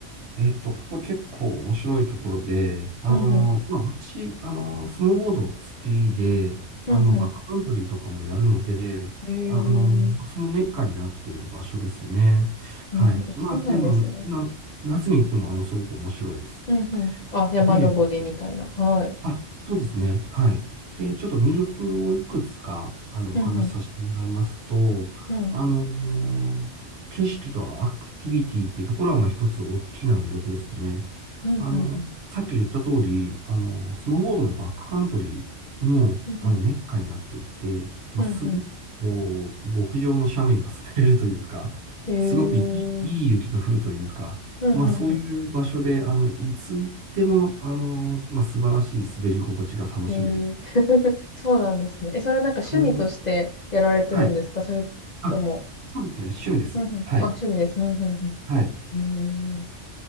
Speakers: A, on the right; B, on the left.
A: えっと、ここ結構面白いところで、あの、
B: うんう
A: まあ、私、あの、スノーボード好きで、あの、
B: うんうん。
A: バックカントリーとかもやるので、
B: ん。へえ。
A: あの、そのメッカになっている場所ですね。
B: うん、
A: はい。
B: あ、
A: まあ、
B: そうなんですね。
A: でも、な、夏に行っても、あの、すごく面白いです。
B: うんうん。あ、山登りみたいな。
A: で、
B: はい。
A: あ、そうですね。はい。で、ちょっと魅力をいくつか、あの、お話しさせてもらいますと、
B: うんうん。うん。
A: あの景色とアクティビティっていうところは、まあ、一つ大きな魅力ですね。
B: うんうんうん。
A: あの、さっき言った通り、あの、スノーボードのバックカントリーの、
B: うんうん。
A: あの、メッカになっていて、まあ、
B: うんう
A: すごく、こう、極上の斜面が滑れるというか、
B: ん。へえ。
A: すごくいい、いい雪が降るというか、
B: うんうんうん。
A: まあそういう場所で、あの、いつ行っても、あの、まあ素晴らしい滑り心地が楽しめる。
B: へえ、<laughs> そうなんですね。え、それはなんか趣味としてやられてるんですかそれとも。
A: そう、はい。あ、そうですね。趣味です。
B: うんうん。
A: はい。
B: あ、趣味です。うんうんう
A: はい。
B: ん。へえ。